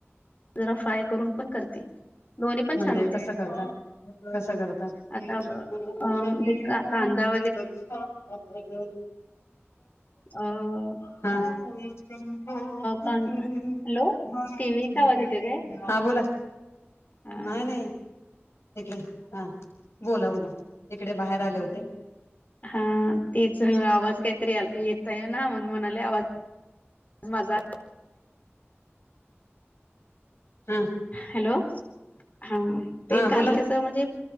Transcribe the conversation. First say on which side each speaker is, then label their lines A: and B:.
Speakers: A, on the left (about 35°); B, on the left (about 75°).
A: जरा फ्राय करून पण करते दोन्ही पण
B: म्हणजे
A: छान होतात
B: कसं करत कसं करत
A: आता
B: मुको
A: अ म्हणजे
B: श हो
A: कांदा
B: ते लग
A: ह
B: हा <unintelligible>
A: कान हॅलो? टीव्हीचा आवाज येतोय काय?
B: हा बोला,
A: हां.
B: नाही नाही तिकडे हा. बोला बोला इकडे बाहेर आले होते.
A: हा तेच आवाज काहीतरी येतोय ना म्हणून म्हणाले आवाज माझा
B: हम्म.
A: हॅलो हा ते
B: हा
A: कारल्याच
B: बोला की
A: म्हणजे